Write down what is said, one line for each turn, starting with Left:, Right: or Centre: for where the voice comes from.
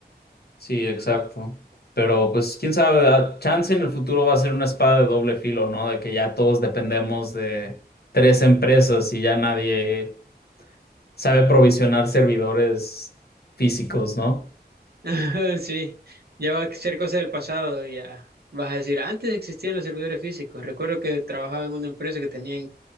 Left: Sí, exacto. Pero pues quién sabe, a- chance en el futuro va a ser una espada de doble filo, ¿no? De que ya todos dependemos de tres empresas y ya nadie sabe provisionar servidores físicos, ¿no?
Right: <laughs> Sí, ya va a ser cosa del pasado, ya vas a decir, antes existían los servidores físicos, recuerdo que trabajaba en una empresa que tenían,